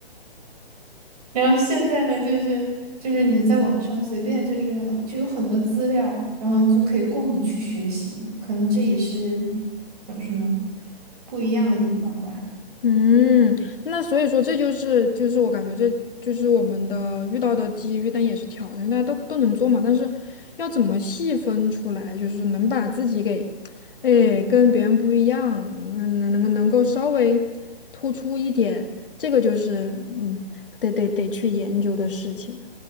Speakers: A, on the right; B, on the left.
A: 然后现在呢，就是就是你在网上随便就是就有很多资料，然后就可以供你去学习，可能这也是怎么说呢，不一样的地方吧。
B: 嗯，那所以说这就是就是我感觉这就是我们的遇到的机遇，但也是挑战，因为大家都都能做嘛，但是要怎么细分出来，就是能把自己给，哎，跟别人不一样，能能能能够稍微突出一点，这个就是嗯，得得得去研究的事情。